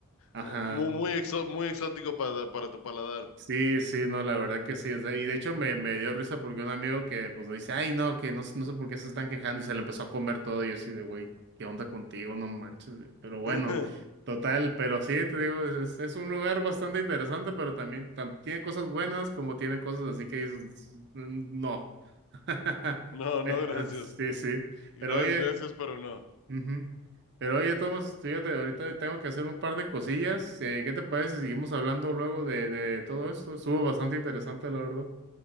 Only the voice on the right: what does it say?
ajá.
Sí, sí, no, la verdad que sí. o sea, y de hecho me, me dio risa porque un amigo que pues me dice, ay, no, que no, sé- no sé por qué se están quejando y se le empezó a comer todo y yo así de, güey, ¿qué onda contigo? No manches. güey". Pero bueno,
total, pero sí, te digo, es, es- es un lugar bastante interesante, pero también tan- tiene cosas buenas como tiene cosas así que dices, "Mm, no. <laughs>
Sí, sí.
Pero oye.
Ujú. Pero oye, Tomás, fíjate, ahorita tengo que hacer un par de cosillas. Eh, ¿qué te parece si seguimos hablando luego de, de todo esto? Estuvo bastante interesante, la verdad.